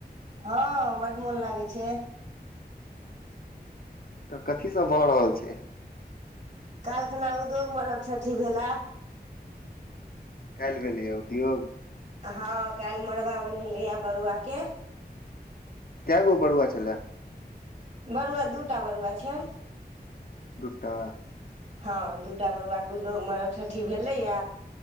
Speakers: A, on the right; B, on the left.
A: हँ बड मोन लागै छै। <unintelligible>
B: तऽ कथी सब भऽ रहल छै?
A: काइलखना उदोग मरब ठठी भेले।
B: कैल भेलइये उदयोग।
A: हँ, काल्हि मड़बा बन्नहेलेयै बरुआ के।
B: कै गो बडुआ छलै?
A: बरुआ दू टा बरुआ छै।
B: दु्टा।
A: हँ, दूटा बरुआके उद्योग, मरबठ्ठठी भेलैयै